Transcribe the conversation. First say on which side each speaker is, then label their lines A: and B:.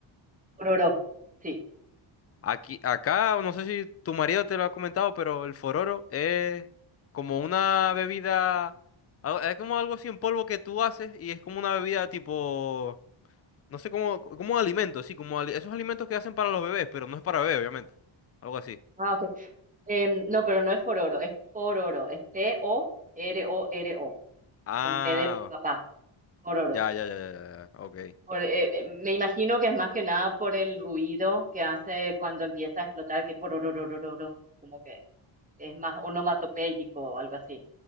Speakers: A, on the right; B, on the left.
A: Pororó, sí.
B: Aquí, acá, no sé si tu marido te lo ha comentado, pero el fororo es como una bebida, al- es como algo así en polvo que tú haces y es como una bebida tipo, no sé cómo, como un alimento, sí, como ali- esos alimentos que hacen para los bebés, pero no es para bebé, obviamente. Algo así.
A: Ah, ok. Em, no, pero no es pororo, es pororo, es P-O-R-O-R-O,
B: Ah,
A: con P de papá, pororo.
B: ya, ya, ya, ya, ya, ya, ok.
A: Por, eh, me imagino que es más que nada por el ruido que hace cuando empieza a explotar, que es por orororororo, como que es más onomatopéyico o algo así.